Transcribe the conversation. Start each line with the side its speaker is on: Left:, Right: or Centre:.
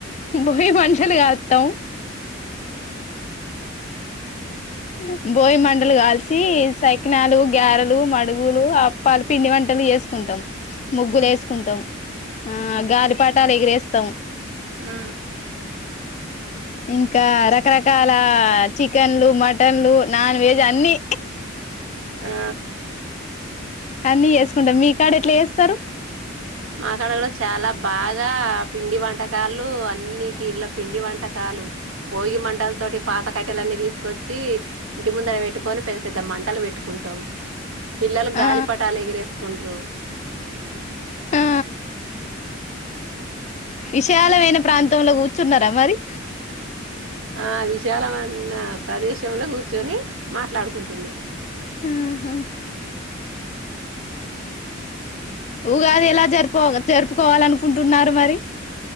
Left: బోయి పంటలు కాస్తాము ఆ భోయ్ మండలు కాల్ తీ సైకినాలు గారెలు మడుగులు అప్పాలు పిండి వంటలు వేసుకుంటాం ముగ్గులు వేసుకుంటాం ఆ గాలి పాటాలు ఎగరేస్ త్తం
Right: ఆ
Left: ఇంకా రకరకాల చికెన్లు మటన్లు నాన్ వెజ్ అన్ని
Right: ఆ
Left: అన్నీ చేసుకుంటాం మీ కాడ ఎట్లా చేస్తారు
Right: మాక్కడలో చాలా బాగా పిండి వంటకాలు అన్ని తీరులో పిండి వంటకాలు భోగి మంటల తోటి పాత కట్టలన్ని తీసుకొచ్చి ఇంటి ముందర పెట్టుకని పెద్ద పెద్ద మంటలు పెట్టుకుంటాం పిల్లలు గాలిపటాలు
Left: ఆ
Right: ఎగిరేసుకుంటారు
Left: ఆ విశాలమైన ప్రాంతంలో కూర్చున్నారా మరి
Right: ఆ విశాలమైన ప్రదేశంలో కూర్చొని మాట్లాడుకుంటున్నాం
Left: ఉమ్ హు ఉగాది ఇలా జరుపు జరుపుకోవాల అనుకుంటున్నారు మరి